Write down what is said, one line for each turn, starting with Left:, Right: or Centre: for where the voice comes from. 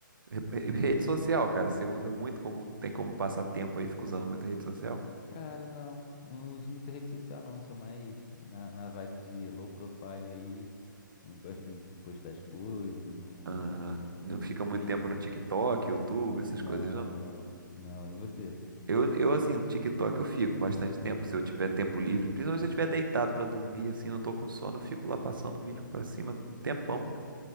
Right: Re- re- Rede social, cara, você usa muito como, tem como passar tempo aí, fica usando muita rede social.
Left: Cara, não, não uso muita rede social não, sou mais na, na vibe de low profile aí, não gosto muito de postar as coisas, não,
Right: Aham. Não
Left: eu
Right: fica
Left: sou
Right: muito
Left: meio...
Right: tempo no TikTok, YouTube, essas
Left: Não,
Right: coisas, não.
Left: não, não, e você?
Right: Eu, eu, assim, no TikTok eu fico bastante tempo. Se eu tiver tempo livre, principalmente se eu estiver deitado pra dormir, assim, não tô com sono, eu fico lá passando vídeo pra cima um tempão.